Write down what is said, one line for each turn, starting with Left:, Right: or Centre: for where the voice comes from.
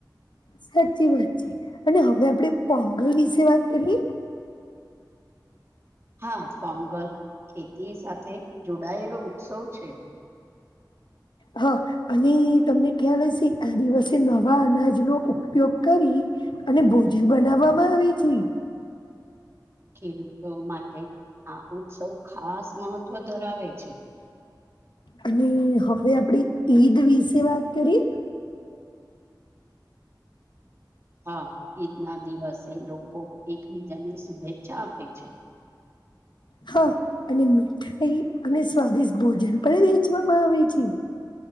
Left: સાચી વાત છે અને હવે આપડે પોંગલ વિશે વાત કરીએ.
Right: હા પોંગલ ખેતી સાથે જોડાયેલો ઉત્સવ છે. <inaudible>
Left: હા અને તમને ખ્યાલ હશે આ દિવસે નવા અનાજનોો ઉપયોગ કરી. અને ભોજન બનાવવામાં આવે છે
Right: <inaudible> ખેડૂતો માટે આ ઉત્સવ ખાસ મહત્વ ધરાવે છે.
Left: અને હવે આપડી ઈદ વિશે વાત કરીએ.
Right: હા ઈદના દિવસે લોકો એકબીજાને શુભેચ્છા આપે છે.
Left: હા અને મીઠાઈ અને સ્વાદિષ્ટ ભોજન પણ વેચવામાં આવે છે.